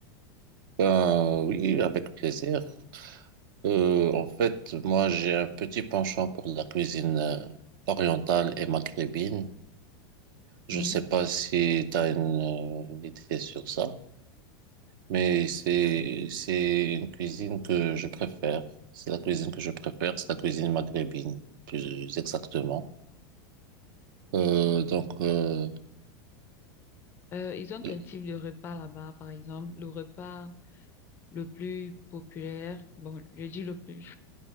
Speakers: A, on the right; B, on the left.
A: Ben, oui, avec plaisir. Euh, en fait, moi, j'ai un petit penchant pour la cuisine euh, orientale et maghrébine. Je
B: oui.
A: sais pas si tu as une, euh, une idée sur ça, mais c'est, c'est une cuisine que je préfère. C'est la cuisine que je préfère, c'est la cuisine maghrébine, plus exactement. Euh,
B: Mhm.
A: donc, euh,
B: Euh, ils ont
A: le
B: quel type de repas là-bas, par exemple? Le repas le plus populaire, bon, je dis le plus,